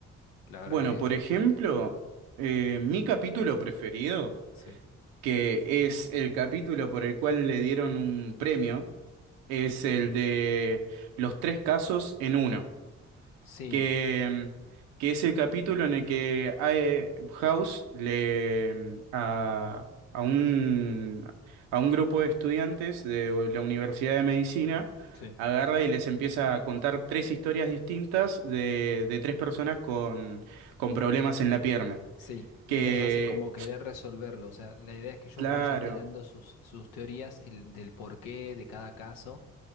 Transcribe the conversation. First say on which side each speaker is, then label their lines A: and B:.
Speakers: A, on the left; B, on the right.
A: La verdad
B: Bueno,
A: que
B: por ejemplo, eh, mi capítulo preferido,
A: sí.
B: que es el capítulo por el cual le dieron un premio, es el de los tres casos en uno.
A: Sí,
B: que, que es el capítulo en el que eh, House le a, a un a un grupo de estudiantes de la Universidad de Medicina
A: sí.
B: agarra y les empieza a contar tres historias distintas de, de tres personas con, con problemas en la pierna.
A: Sí,
B: Que,
A: y los hace como querer resolverlo. O sea, la idea es que ellos
B: claro.
A: vayan tirando sus, sus teorías el- del porqué de cada caso.